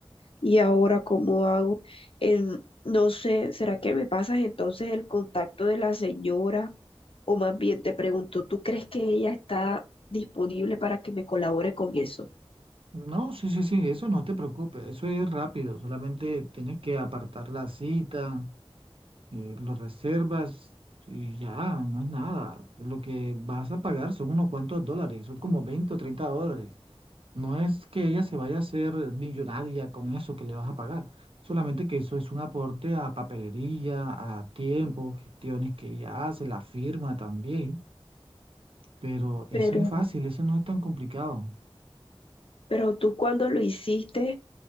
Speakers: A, on the left; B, on the right.
A: y ahora cómo hago. En- no sé, ¿será que me pasas entonces el contacto de la señora? O más bien te pregunto, ¿tú crees que ella está disponible para que me colabore con eso?
B: No, sí, sí, sí, eso no te preocupes. Eso es rápido. Solamente tienes que apartar la cita, eh, los reservas y ya, no es nada. Lo que vas a pagar son unos cuantos dólares, son como 20 o 30 dólares. No es que ella se vaya a hacer millonaria con eso que le vas a pagar, solamente que eso es un aporte a papelería, a tiempo, gestiones que ella hace, la firma también. Pero
A: Pero
B: eso es fácil, eso no es tan complicado.
A: Pero tú cuando lo hiciste,